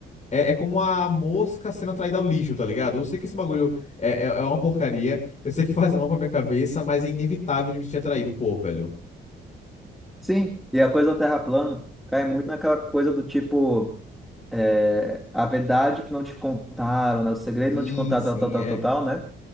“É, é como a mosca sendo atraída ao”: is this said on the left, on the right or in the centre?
Left